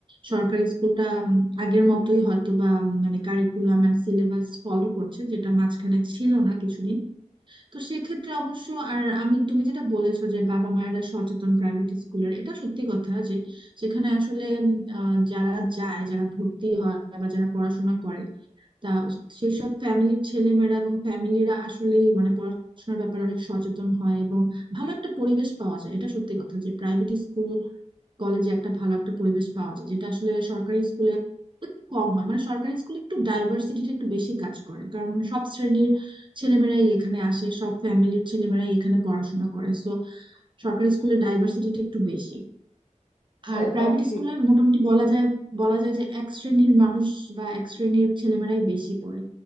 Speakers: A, on the right; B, on the left.
A: সরকারি স্কুলটা উম, আগের মতোই হয়তো বা উম, মানে কারিকুলাম এন্ড সিলেবাস ফলো করছে যেটা মাঝখানে ছিল না কিছুদিন তো সেক্ষেত্রে অবশ্য আর আমি তুমি যেটা বলেছো যে বাবা মায়েরা সচেতন প্রাইভেট স্কুলের এটা সত্যি কথা যে সেখানে আসলে উম, আহ, যারা যায় যারা ভর্তি হয় বা যারা পড়াশোনা করে তা সেই সব ফ্যামিলির ছেলেমেয়েরা এবং ফ্যামিলিরা আসলে মানে পড়াশোনার ব্যাপারে অনেক সচেতন হয় এবং ভালো একটা পরিবেশ পাওয়া যায় এটা সত্যি কথা যে প্রাইভেট স্কুল কলেজে একটা ভালো একটা পরিবেশ পাওয়া যায় যেটা আসলে সরকারি স্কুলে একটু কম হয় মানে সরকারি স্কুলে একটু ডাইভার্সিটিটা একটু বেশি কাজ করে কারণ সব শ্রেণীর ছেলেমেয়েরাই এখানে আসে সব ফ্যামিলির ছেলেমেয়েরাই এখানে পড়াশোনা করে সো সরকারি স্কুলে ডাইভার্সিটিটা একটু বেশি
B: হ্যাঁ
A: আর প্রাইভেট
B: তা ঠিক
A: স্কুলে মোটামুটি বলা যায় বলা যায় যে এক শ্রেণীর মানুষ বা এক শ্রেণীর ছেলেমেয়েরাই বেশি পড়ে